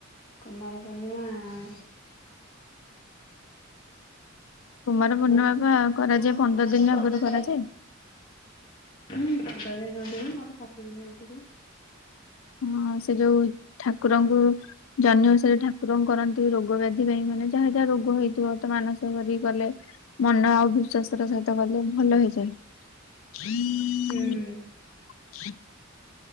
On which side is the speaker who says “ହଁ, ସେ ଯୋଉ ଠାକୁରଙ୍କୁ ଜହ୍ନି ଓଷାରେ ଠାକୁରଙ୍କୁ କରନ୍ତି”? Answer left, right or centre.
Left